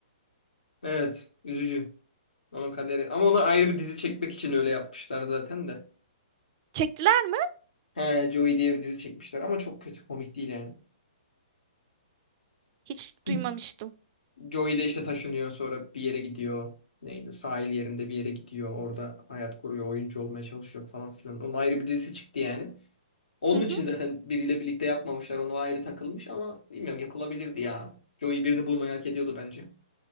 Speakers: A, on the left; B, on the right.
A: Evet. Üzücü. Onun kaderi. Ama ona ayrı bir dizi çekmek için öyle yapmışlar zaten de.
B: Çektiler mi?
A: He, Joey diye bir dizi çekmişler ama çok kötü. Komik değil yani.
B: Hiç
A: <laughs>
B: duymamıştım.
A: Joey de işte taşınıyor sonra bir yere gidiyor. Neydi? Sahil yerinde bir yere gidiyor. Orada hayat kuruyor. Oyuncu olmaya çalışıyor falan filan. Onun ayrı bir dizisi çıktı yani. Onun
B: <laughs>
A: için zaten biriyle birlikte yapmamışlar. Onu ayrı takılmış ama bilmiyorum yapılabilirdi ya. Joey birini bulmayı hak ediyordu bence.